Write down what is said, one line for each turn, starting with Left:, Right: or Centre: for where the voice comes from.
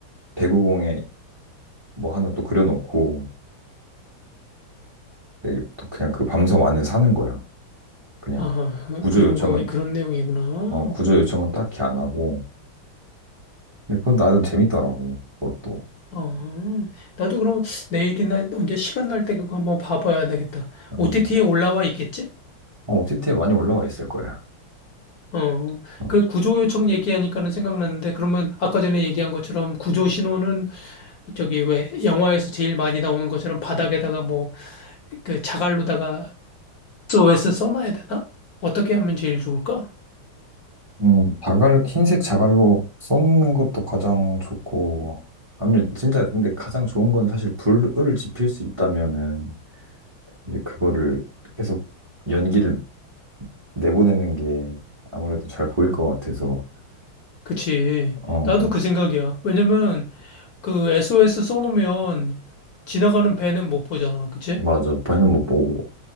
Right: 배구공에 뭐 하나 또 그려놓고 이제 또 그냥 그 밤섬 안에 사는 거야. 그냥
Left: 아,
Right: 구조
Left: 그런
Right: 요청은
Left: 거에 그런 내용이구나.
Right: 어 구조 요청은 딱히 안 하고. 근데 그건 나름 재밌더라고. 그것도
Left: 아, 나도 그럼 내일이나 언제 시간 날 때 그거 한번 봐봐야 되겠다.
Right: 어,
Left: OTT에 올라와 있겠지?
Right: OTT에 많이 올라와 있을 거야.
Left: 어,
Right: 어.
Left: 그 구조 요청 얘기하니까는 생각났는데 그러면 아까 전에 얘기한 것처럼 구조 신호는 저기 왜 영화에서 제일 많이 나오는 것처럼 바닥에다가 뭐 그 자갈로다가 SOS 써놔야 되나? 어떻게 하면 제일 좋을까?
Right: 음, 자갈 흰색 자갈로 써놓는 것도 가장 좋고. 아니 진짜 근데 가장 좋은 건 사실 불을 지필 수 있다면은 이제 그거를 계속 연기를 내보내는 게 아무래도 잘 보일 것 같아서,
Left: 그치.
Right: 어,
Left: 나도 그 생각이야. 왜냐면 그 SOS 써놓으면 지나가는 배는 못 보잖아. 그치?
Right: 맞아. 배는 못 보고.